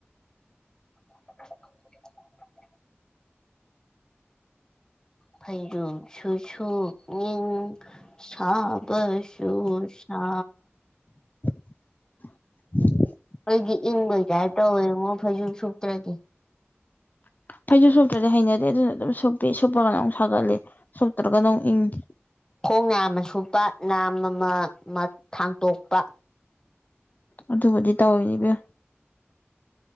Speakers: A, on the left; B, on the left.
A: <unintelligible> ꯐꯩꯖꯨꯞꯁꯨ ꯁꯨꯕꯅꯤꯡ ꯁꯥꯕꯁꯨ ꯁꯨꯁꯥ
B: <unintelligible>
A: ꯑꯩꯗꯤ ꯏꯪꯕꯩ ꯇꯥꯄꯏ ꯇꯧꯋꯦ ꯉꯣ ꯐꯩꯖꯨꯞ ꯁꯨꯄꯇ꯭ꯔꯗꯤ
B: <inaudible> ꯐꯩꯁꯨ ꯁꯣꯇ꯭ꯔꯗꯤ ꯍꯩꯅꯗꯦ ꯑꯗꯨꯅ ꯑꯗꯨꯝ ꯁꯣꯞꯄꯤ ꯁꯨꯞꯄꯒꯅ ꯑꯃꯨꯛ ꯁꯥꯒꯠꯂꯦ ꯁꯣꯛꯇ꯭ꯔꯒ ꯅꯨ ꯏꯪꯦ
A: ꯈꯣꯡ ꯅꯥꯝꯃ ꯁꯨꯞꯄ ꯅꯥꯝ ꯑꯃ ꯊꯥꯡꯇꯣꯛꯄ
B: ꯑꯗꯨꯕꯨꯗꯤ ꯇꯥꯑꯣꯏꯅꯦꯕ